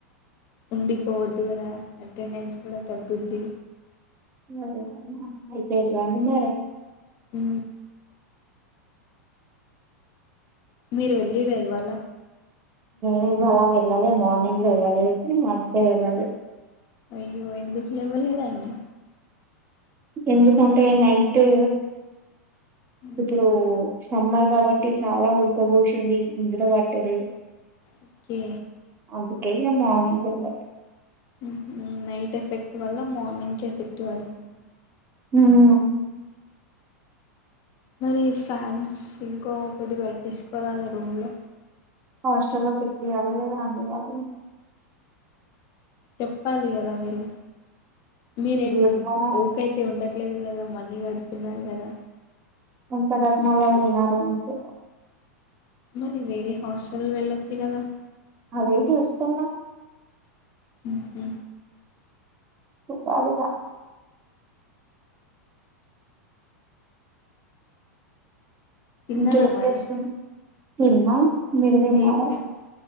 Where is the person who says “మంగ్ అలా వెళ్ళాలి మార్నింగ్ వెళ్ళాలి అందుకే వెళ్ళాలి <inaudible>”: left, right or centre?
Right